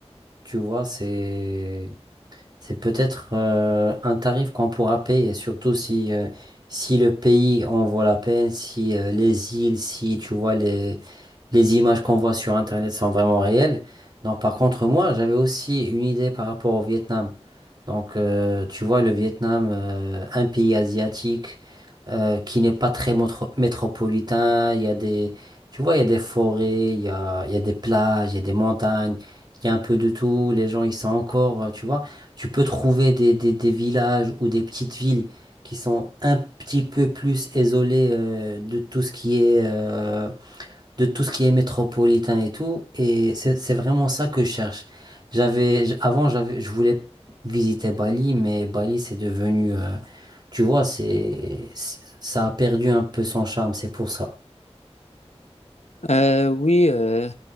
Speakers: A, on the right; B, on the left.
A: tu vois, c'est, c'est peut-être euh, un tarif qu'on pourra payer, surtout si, euh, si le pays en vaut la peine, si euh, les îles, si tu vois les, les images qu'on voit sur Internet sont vraiment réelles. Donc par contre, moi, j'avais aussi une idée par rapport au Vietnam. Donc euh, tu vois, le Vietnam, euh, un pays asiatique euh, qui n'est pas très motro- métropolitain, il y a des, tu vois, il y a des forêts, il y a, il y a des plages, il y a des montagnes, il y a un peu de tout, les gens, ils sont encore, euh, tu vois. Tu peux trouver des, des- des villages ou des petites villes qui sont un petit peu plus isolées euh, de tout ce qui est, euh, de tout ce qui est métropolitain et tout. Et c'est c'est vraiment ça que je cherche. J'avais, j- avant, j'avais, je voulais visiter Bali, mais Bali, c'est devenu, euh, tu vois, c'est, c'est- ça a perdu un peu son charme, c'est pour ça.
B: Euh, oui, euh,